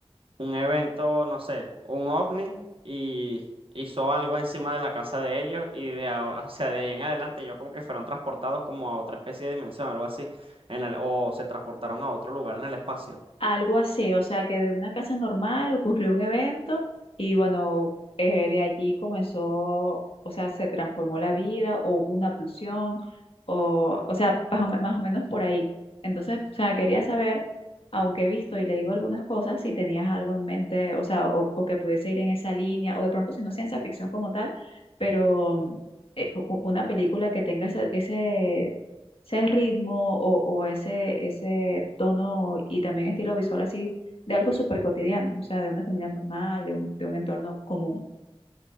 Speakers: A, on the right; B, on the left.
A: un evento, no sé, un ovni y hizo algo encima de la casa de ellos y de, ahora- o sea, de ahí en adelante ellos como que fueron transportados como a otra especie de dimensión, algo así, en el, o se transportaron a otro lugar en el espacio.
B: Algo así, o sea que de una casa normal ocurrió un evento y bueno, eh, de allí comenzó, o sea, se transformó la vida o hubo una abducción o, o sea, más o, me- más o menos por ahí. Entonces, o sea, quería saber, aunque he visto y leído algunas cosas, si tenías algo en mente, o sea, o, o que pudiese ir en esa línea, o de pronto si no es ciencia ficción como tal, pero eh, u- u- una película que tenga ese, ese ese ritmo o, o ese, ese tono y también estilo visual así de algo súper cotidiano, o sea, de una familia normal, de un, de un entorno común.